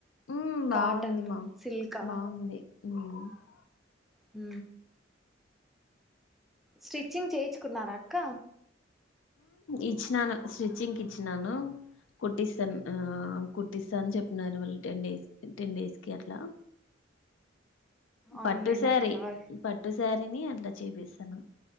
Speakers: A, on the left; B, in the centre.
A: మ్మ్ బాగుంది
B: కాటన్
A: మా
B: సిల్కా
A: బాగుంది మ్మ్
B: హ స్టిచ్చింగ్ చేయించుకున్నార అక్క
A: ఇచ్చినాను స్టిచ్చింగ్కి ఇచ్చినాను కుట్టిస్తాను కుట్టిస్తా అని చెప్పినను వాళ్ళ టెన్ డేస్ క టెన్ డేస్ క అట్లా
B: అవునులేండి
A: పట్టుసారి
B: అక్క
A: పట్టు సారిని అట్లా చేపిసాను